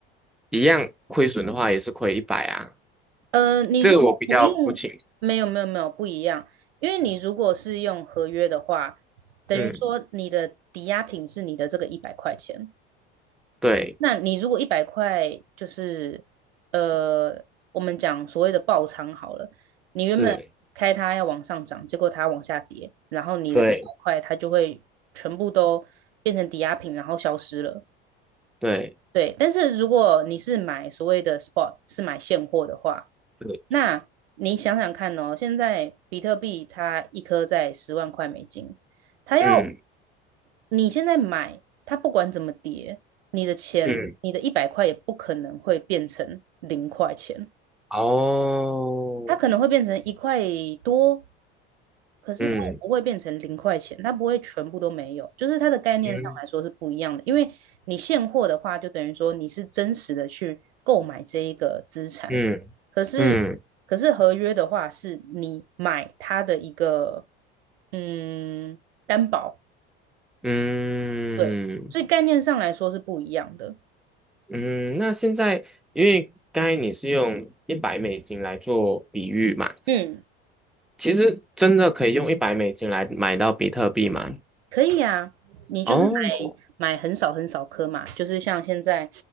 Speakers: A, in the centre; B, on the right.
A: 一样亏损的话也是亏一百啊，
B: 呃，你如果不用，
A: 这个我比较不清。
B: 没有没有没有不一样，因为你如果是用合约的话，等于说你的抵押品是你的这个一百块钱，
A: 嗯，对，
B: 那你如果一百块，就是呃，我们讲所谓的爆仓好了，你原本开它要往上涨，
A: 是，
B: 结果它往下跌，然后你的一百块它就会全部都变成抵押品，
A: 对，
B: 然后消失了。
A: 对，
B: 对，但是如果你是买所谓的 spot，是买现货的话，
A: 对，
B: 那你想想看哦，现在比特币它一颗在十万块美金，它要
A: 嗯
B: 你现在买，它不管怎么跌，你的钱，
A: 嗯，
B: 你的一百块也不可能会变成零块钱，
A: 哦，
B: 它可能会变成一块多，可是它也不会变成零块钱，
A: 嗯
B: 它不会全部都没有，就是它的概念上来说是不一样的。
A: 嗯
B: 因为你现货的话，就等于说你是真实的去购买这一个资产，
A: 嗯嗯
B: 可是可是合约的话，是你买它的一个嗯担保，
A: 嗯
B: 对，所以概念上来说是不一样的。
A: 嗯，那现在因为刚才你是用一百美金来做比喻嘛，
B: 嗯，
A: 其实真的可以用一百美金来买到比特币吗？
B: 可以啊，你就是买买很少很少颗嘛，
A: 哦，
B: 就是像现在，